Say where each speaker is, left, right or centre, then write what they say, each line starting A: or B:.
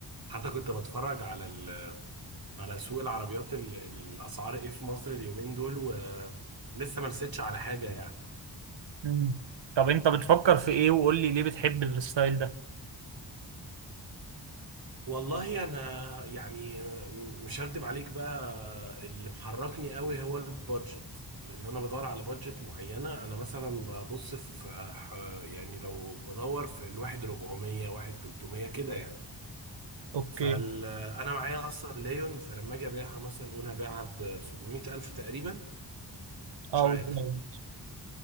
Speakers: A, on the right; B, on the right.
A: حتى كنت بتفرج على ال... على سوق العربيات ال... الاسعار ايه في مصر اليومين دول ولسه ما رستش على حاجه يعني
B: مم. طب انت بتفكر في ايه وقول لي ليه بتحب الستايل ده
A: والله انا يعني مش هكدب عليك بقى اللي محركني قوي هو البادجت لان انا بدور على بادجت معينه انا مثلا ببص في ح- يعني لو بدور في الواحد 400 واحد 300 كده يعني
B: اوكي
A: فال انا معايا اصلا ليون فلما اجي ابيعها مثلا نقول هبيعها ب 700 الف تقريبا
B: اه
A: مش عارف
B: بالظبط.